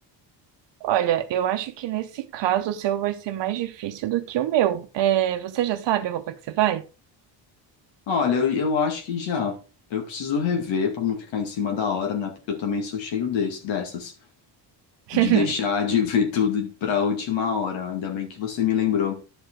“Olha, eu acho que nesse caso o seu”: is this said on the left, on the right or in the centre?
Right